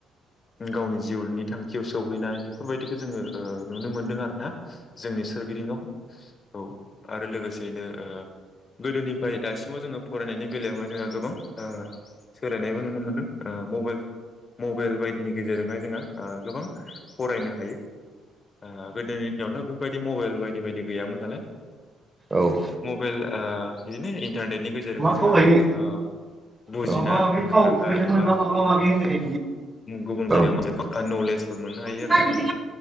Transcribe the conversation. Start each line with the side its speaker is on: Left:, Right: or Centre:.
Left: गावनि जिउनि थां खियाव सौहैनाय बेफोरबायदिखौ जोङो ओ नुनो मोन्दों आर ना जोंनि सोरगिदिंयाव। औ आरो लोगोसेयैनो ओ गोदोनिफ्राय दासिमाव जोङो फरायनायनि बेलायावहाय जोंहा गोबां ओ सोलायनायबो नुनो मोनदों मबाइल मबाइल बायदिनि गेजेरजोंहाय जोङो गोबां फरायनो हायो। ओ गोदोनि दिनावथ' बेफोरबायदि मबाइल बायदि बायदि गैयामोन नालाय।
Right: औ।
Left: मबाइल ओ बिदिनो इन्टारनेटनि गेजेरजोंहाय जोङो
Right: थाव लायो
Left: गोबां ओ बुजिना
Right: माबा माबि
Left: रोंखा
Right: थाव
Left: राखा
Right: फैसा
Left: एबा
Right: मोनबा माबा माबि होबाय थायो
Left: गुबुन
Right: बियो औ
Left: जायगायाव मोनसे नलेजफोर मोननो हायो आरो
Right: नागिरदों
Left: ना